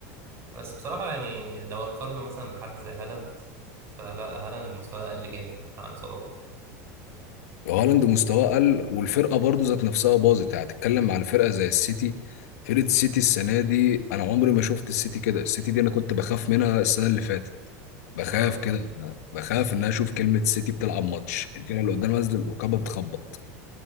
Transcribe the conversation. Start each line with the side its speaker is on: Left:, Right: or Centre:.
Right: بس بصراحة يعني لو هتقارنه مثلا بحد زي هالاند فلا هالاند مستواه أقل جامد عن صلاح
Left: هالاند مستواه قل والفرقه برضو ذات نفسها باظت يعني هتتكلم على فرقه زي السيتي فرقه السيتي السنه دي انا عمري ما شفت السيتي كده السيتي دي انا كنت بخاف منها السنه اللي فاتت بخاف
Right: اه
Left: كده بخاف ان انا اشوف كلمه سيتي بتلعب ماتش الفرقه اللي قدام نازله الركابه بتخبط